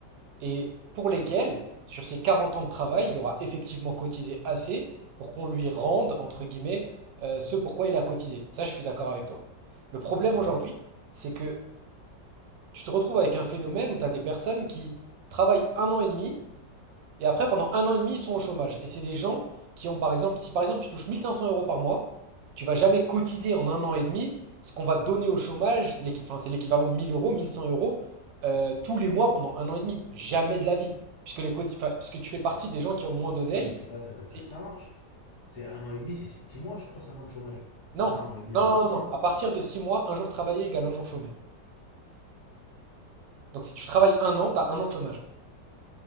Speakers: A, on the right; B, on the left.
A: et pour lesquelles, sur ses 40 ans de travail, il aura effectivement cotisé assez pour qu'on lui rende, entre guillemets, euh, ce pourquoi il a cotisé. Ça, je suis d'accord avec toi. Le problème
B: Ouais.
A: aujourd'hui, c'est que tu te retrouves avec un phénomène où tu as des personnes qui travaillent un an et demi et après, pendant un an et demi, ils sont au chômage. Et c'est des gens qui ont, par exemple, si par exemple tu touches 1500 euros par mois, tu vas jamais cotiser en un an et demi ce qu'on va te donner au chômage, enfin, c'est l'équivalent de 1000 euros, 1100 euros, euh, tous les mois pendant un an et demi. Jamais de la vie. Puisque, les coti- enfin, puisque tu fais partie des gens qui ont le moins d'oseille.
B: Ouais, mais c'est pas ça, comme ça
A: Et-
B: que ça marche. C'est un an et demi, c'est six mois, je crois, seulement de chômage. C'est
A: Non,
B: pas un an et demi,
A: non,
B: un
A: non,
B: an et
A: non,
B: demi.
A: non.
B: Hein.
A: À partir de 6 mois, un jour travaillé égale un jour chômé. Donc si tu travailles un an, tu as un an de chômage.